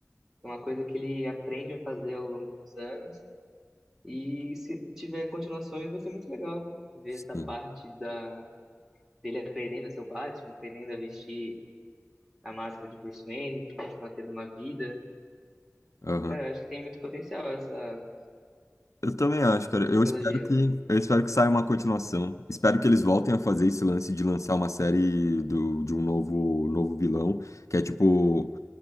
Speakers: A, in the centre; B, on the left (about 80°).
A: É uma coisa que ele aprende a fazer ao longo dos anos E se tiver continuações, vai ser muito legal ver
B: sim,
A: essa parte da dele aprendendo a ser o Batman, aprendendo a vestir a máscara de Bruce Wayne, pra continuar tendo uma vida.
B: aham.
A: Cara, eu acho que tem muito potencial essa,
B: Eu também acho, cara.
A: essa
B: Eu
A: trilogia.
B: espero que, eu espero que saia uma continuação. Espero que eles voltem a fazer esse lance de lançar uma série do, de um novo, novo vilão, que é tipo